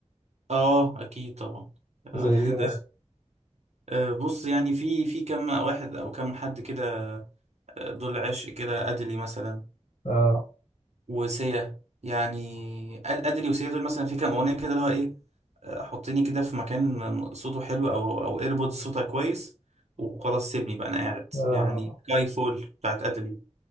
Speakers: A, on the right; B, on the left.
A: آه، أكيد طبعا
B: زي
A: آه، <laughs>
B: ايه
A: ده
B: مثلا
A: آه، بص يعني في في كم واحد أو كم حد كده آه، دول عشق كده أدلي مثلا
B: اه
A: وسيا يعني أد- أدلي وسيا دول مثلا في كام أغنية كده اللي هو إيه آه، حطيني كده في مكان صوته حلو أو أو إيربودز صوتها كويس وخلاص سيبني بقى أنا قاعد
B: اه
A: يعني سكاي فول بتاعت أدلي